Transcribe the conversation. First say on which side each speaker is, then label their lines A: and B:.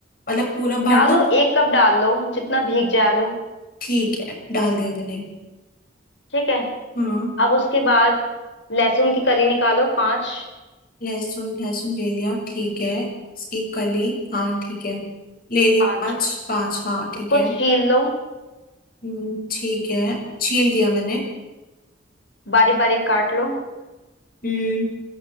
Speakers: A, on the left; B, on the left.
A: मतलब पूरा भर
B: डालो
A: तो
B: एक कप डाल लो जितना भीग जाए आलू
A: ठीक है डाल दिया मैंने
B: ठीक है
A: हम्म
B: अब उसके बाद लहसुन की कली निकालो पांच
A: लहसुन लहसुन ले लिया ठीक है इसकी कली हाँ ठीक है ले ली
B: पांच
A: पाँच पाँच हाँ ठीक
B: इसको
A: है
B: छील लो
A: हम्म ठीक है छील दिया मैंने
B: बारीक बारीक काट लो
A: हम्म